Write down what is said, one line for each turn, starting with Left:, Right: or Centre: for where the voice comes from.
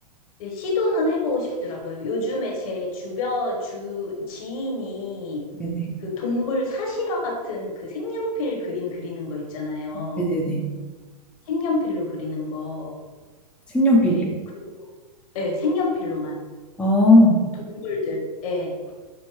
Left: 근데 시도는 해보고 싶더라고요. 요즘에 제 주변, 주, 지인이
Centre: 네네.
Left: 그 동물 사실화 같은 그 색연필 그림 그리는 거 있잖아요.
Centre: 네네네.
Left: 색연필로 그리는 거.
Centre: 색연필이요?
Left: 근데 그거, 예, 색연필로만.
Centre: 아,
Left: 동물들, 예.